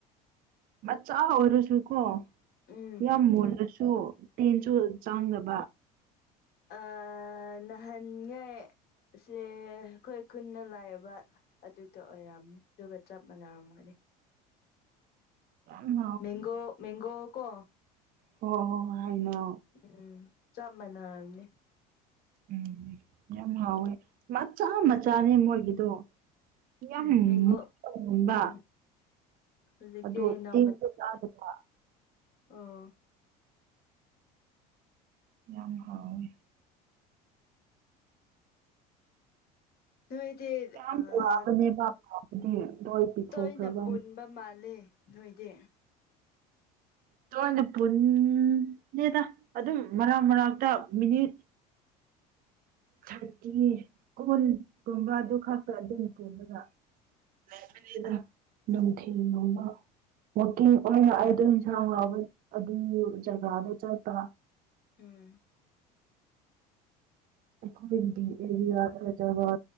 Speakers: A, on the right; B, on the left.
A: ꯃꯆꯥ ꯑꯣꯏꯔꯁꯨ ꯀꯣ
B: ꯎꯝ
A: ꯌꯥꯝ ꯃꯨꯜꯂꯁꯨ ꯇꯤꯟꯁꯨ ꯆꯥꯡꯗꯕ
B: ꯑ ꯅꯍꯟꯅꯦ ꯁꯦ ꯑꯈꯣꯏ ꯈꯨꯟꯗ ꯂꯥꯛꯑꯦꯕ ꯑꯗꯨꯗ ꯑꯣꯏꯔꯝꯅꯤ ꯑꯗꯨꯒ ꯆꯞ ꯃꯥꯟꯅꯔꯝꯒꯅꯤ
A: ꯌꯥꯝ
B: ꯃꯦꯡꯒꯣ ꯃꯦꯡꯒꯣ ꯀꯣ
A: ꯍꯣ ꯍꯣ ꯍꯣꯏ ꯍꯥꯏꯅꯣ
B: ꯎꯝ ꯆꯞ ꯃꯥꯟꯅꯔꯝꯅꯤ
A: ꯎꯝ ꯌꯥꯝ ꯍꯥꯎꯋꯦ ꯃꯆꯥ ꯃꯆꯥꯅꯤ ꯃꯣꯏꯒꯤꯗꯣ ꯌꯥꯝ
B: ꯎꯝ ꯃꯦꯡꯒꯣ
A: ꯃꯨꯟꯕ ꯃꯨꯟꯕ
B: ꯎꯝ ꯍꯧꯖꯤꯛꯇꯤ
A: ꯑꯗꯣ
B: ꯍꯩꯅꯧ
A: ꯇꯤꯟꯖꯨ ꯆꯥꯗꯕ
B: ꯑꯥ
A: ꯌꯥꯝ ꯍꯥꯎꯋꯦ
B: ꯅꯣꯏꯗꯤ
A: ꯀ꯭ꯌꯥꯝ
B: ꯑꯥ
A: ꯋꯥꯕꯅꯦꯕ ꯐꯕꯗꯤ ꯂꯣꯏ ꯄꯤꯊꯣꯛꯈ꯭ꯔꯕ
B: ꯇꯣꯏꯅ ꯄꯨꯟꯕ ꯃꯥꯜꯂꯦ ꯅꯣꯏꯗꯤ
A: ꯇꯣꯏꯅ ꯄꯨꯟꯅꯗꯦꯗ ꯑꯗꯨꯝ ꯃꯔꯛ ꯃꯔꯛꯇ ꯃꯤꯅꯤꯠ ꯊꯔꯇꯤ ꯀꯨꯟꯄꯨꯝꯕ ꯑꯗꯨ ꯈꯛꯇ ꯑꯗꯨꯝ ꯄꯨꯜꯂꯒ ꯂꯩꯄꯅꯤꯗ ꯅꯨꯡꯊꯤꯟ ꯅꯣꯡꯃ ꯋꯥꯛꯀꯤꯡ ꯑꯣꯏꯅ ꯑꯩꯗꯣ ꯏꯟꯁꯥꯡ ꯂꯥꯎꯕ ꯑꯗꯨꯝ ꯖꯒꯥꯗ ꯆꯠꯄ
B: ꯎꯝ
A: ꯑꯩꯈꯣꯏꯒꯤꯗꯤ ꯑꯦꯔꯤꯌꯥꯗ ꯂꯩꯖꯔꯣꯏ